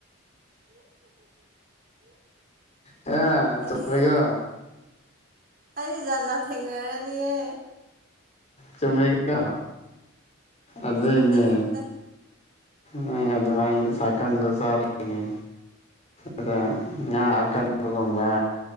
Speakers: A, on the left; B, on the right.
A: ꯑ ꯆꯨꯝꯃꯦꯀꯣ
B: ꯑꯩ ꯑꯩꯗꯤ ꯖꯥꯠ ꯖꯥꯠ ꯊꯦꯡꯅꯔꯅꯤꯌꯦ
A: ꯆꯨꯝꯃꯦꯀꯣ ꯑꯗꯨꯏꯅꯦ
B: ꯆꯨꯝꯗꯦ ꯆꯨꯝꯗꯦ
A: ꯅ ꯑꯗꯨꯃꯥꯏꯅ ꯁꯥꯀꯪꯗꯣ ꯆꯥꯕꯒꯤꯅꯦ ꯑꯗ ꯉꯥ ꯑꯀꯪꯕꯒꯨꯝꯕ